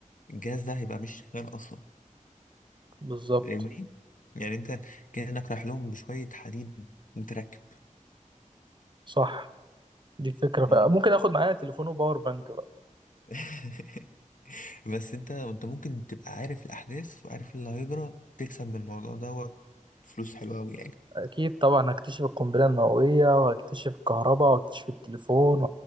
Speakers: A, on the left; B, on the right.
A: الجهاز ده هيبقى مش شغال أصلا
B: بالظبط
A: فاهمني؟ يعني أنت كأنك رايح لهم بشوية حديد متركب
B: صح دي فكره
A: فاهمني؟
B: ف... ممكن اخد معايا تليفون وباور بانك بقى
A: <laughs> بس انت انت ممكن تبقى عارف الاحداث وعارف اللي هيجرى تكسب من الموضوع دوت فلوس حلوه قوي يعني
B: اكيد طبعا هكتشف القنبله النوويه وهكتشف الكهرباء وهكتشف التليفون